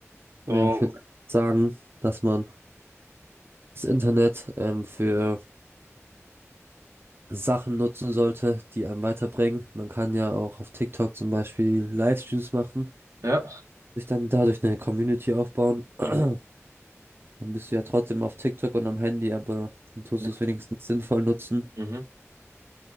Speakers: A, on the right; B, on the right.
A: So,
B: Naja, ich würde sagen, dass man das Internet ähm, für Sachen nutzen sollte, die einem weiterbringen. Man kann ja auch auf TikTok zum Beispiel Livestreams machen,
A: ja.
B: sich dann dadurch eine Community aufbauen. <clears throat>
A: Mhm.
B: Dann bist du ja trotzdem auf TikTok und am Handy, aber dann tust
A: Ja.
B: du es wenigstens sinnvoll nutzen.
A: Mhm.